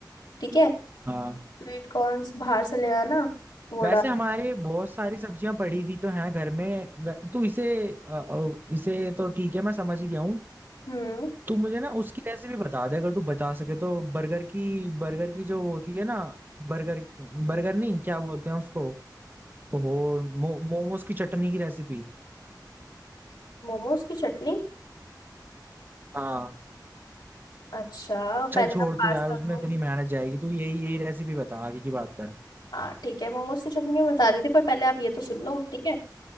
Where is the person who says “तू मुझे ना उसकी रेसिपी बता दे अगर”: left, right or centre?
Right